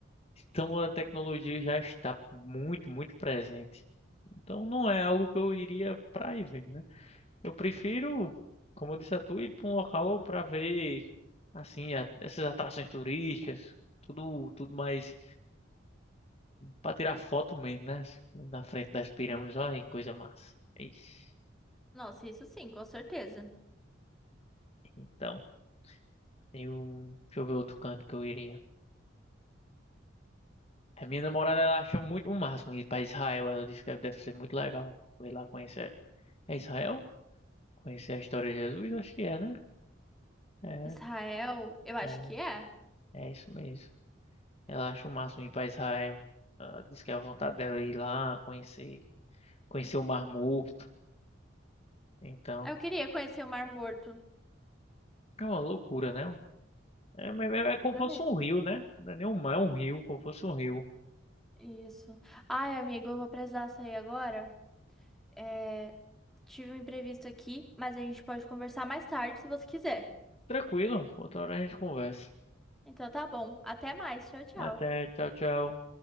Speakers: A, on the left; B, in the centre.
A: Então a tecnologia já está muito, muito presente. Então não é algo que eu iria pra ir ver, né? Eu prefiro, como eu disse a tu, ir pra um local pra ver, assim, a- essas atrações turísticas, tudo, tudo mais pra tirar foto mesmo, né? Na frente das pirâmides, olha que coisa massa. Ixi.
B: Nossa, isso sim, com certeza.
A: Então, eu, deixa eu ver outro canto que eu iria. A minha namorada, ela acha muito o máximo ir pra Israel. Ela disse que deve ser muito legal. ir lá conhecer. É Israel? Conhecer a história de Jesus? Acho que é, né? É,
B: Israel, eu acho
A: é,
B: que é.
A: é isso mesmo. Ela acha o máximo ir pra Israel. Ela diz que é a vontade dela é ir lá, conhecer, conhecer o Mar Morto. Então,
B: Eu queria conhecer o Mar Morto.
A: é uma loucura, né? É, mas é
B: Loucura
A: é como fosse
B: mesmo.
A: um rio, né? Não é nem um mar, é um rio, como fosse um rio.
B: Isso. Ai, amigo, eu vou precisar sair agora. É, tive um imprevisto aqui, mas a gente pode conversar mais tarde se você quiser.
A: Tranquilo, outra hora a gente conversa.
B: Então tá bom. Até mais. Tchau, tchau.
A: Até, tchau, tchau.